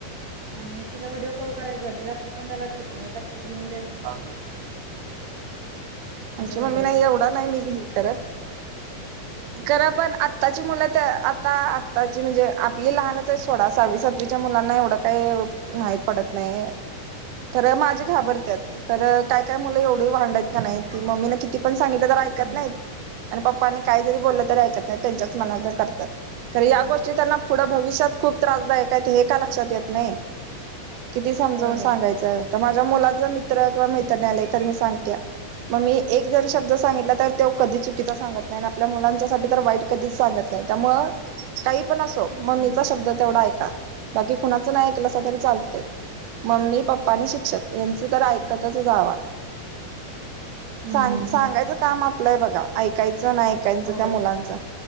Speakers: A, on the right; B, on the right.
A: आणि तिला व्हिडिओ कॉल करायचं तिला पसंद आलं ठीक नाही तर ती घेऊन देत नाही.
B: <inaudible>
A: आमचं
B: आमची
A: वेगळं
B: मम्मी नाही
A: आहे
B: एवढा नाही मी घील करत. खर पण आत्ताची मुलं त्या आता आत्ताची म्हणजे आपली लहानच सोडा सहावी-सातवीच्या मुलांना एवढं काय माहित पडत नाही. खरं माझी घाबरत्यात. खरं काय-काय मुलं एवढी वांड हायत का
A: हम्म
B: नाही मम्मी ना किती पण सांगितलं तर ऐकत
A: हम्म
B: नाहीत. पप्पानी काही जरी बोललं तरी ऐकत नाही त्यांच्याच मनाचं करत्यात खरं या
A: नाही
B: गोष्टी
A: नाही
B: त्यांना पुढं भविष्यात खूप त्रासदायक आहेत हे का लक्षात येत नाही किती समजवून
A: होय होय
B: सांगायचं च त माझ्या मुलाचा मित्र किंवा मैत्रिणी आलाय तर मी सांगत्या. मग मी एक जर शब्द सांगितला तर त्यो कधी चुकीचा सांगत नाही आपल्या मुलांच्यासाठी तर वाईट कधीच सांगत नाही त्यामुळ काही पण असो मम्मीचा
A: हम्म
B: शब्द तेवढा ऐका बाकी कुणाच नाही ऐकल तरी चालतय. मम्मी, पप्पा आणि शिक्षक यांच तर ऐकतच जावा.
A: <inaudible>
B: सांग-सांगायचं
A: हम्
B: काम आपलंय हाय बघा ऐकायचं पण ऐकायचं
A: होय
B: त्या मुलांच